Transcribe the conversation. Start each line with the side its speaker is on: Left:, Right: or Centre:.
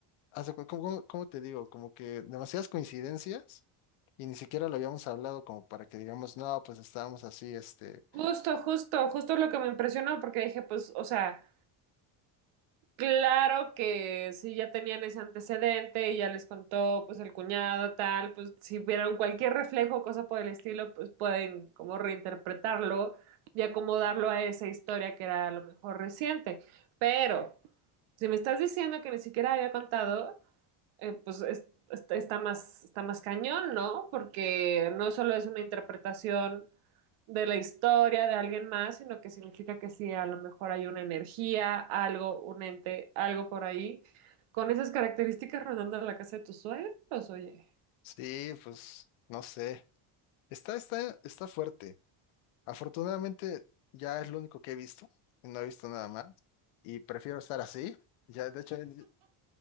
Left: hace cu- ¿cómo, cómo- cómo te digo? Como que demasiadas coincidencias y ni siquiera lo habíamos hablado como para que digamos, no, pues estábamos así, este,
Right: Justo, justo, justo lo que me impresionó porque dije, pues, o sea... Claro que si ya tenían ese antecedente y ya les contó pues el cuñado tal, pues si vieron cualquier reflejo o cosa por el estilo, pues pueden como reinterpretarlo y acomodarlo a esa historia que era a lo mejor reciente. Pero si me estás diciendo que ni siquiera había contado, eh, pues es- está, está más, está más cañón, ¿no? Porque no solo es una interpretación de la historia de alguien más, sino que significa que sí, a lo mejor hay una energía, algo, un ente, algo por ahí, con esas características rondando la casa de tus suegros, oye.
Left: sí, pues no sé. Está, está, está fuerte. Afortunadamente ya es lo único que he visto, y no he visto nada más y prefiero estar así. Ya, de hecho, de